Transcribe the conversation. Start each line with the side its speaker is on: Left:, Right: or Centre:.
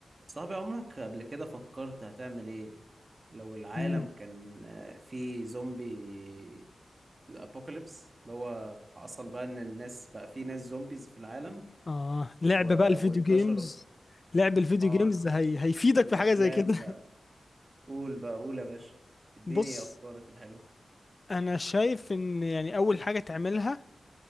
Right: صاحبي عمرك قبل كده فكرت هتعمل ايه لو العالم
Left: مم.
Right: كان آه، فيه زومبي ابوكاليبس اللي هو حصل بقى ان الناس بقى فيه ناس زومبيز في العالم
Left: اه لعب
Right: و...
Left: بقى الفيديو
Right: وانتشروا
Left: جيمز
Right: في
Left: لعب الفيديو
Right: اه
Left: جيمز هي... هيفيدك
Right: والافلام
Left: في حاجة زي كده
Right: بقى
Left: <laughs>
Right: قول بقى قول يا باشا اديني
Left: بص
Right: افكارك الحلوه
Left: انا شايف ان يعني اول حاجة تعملها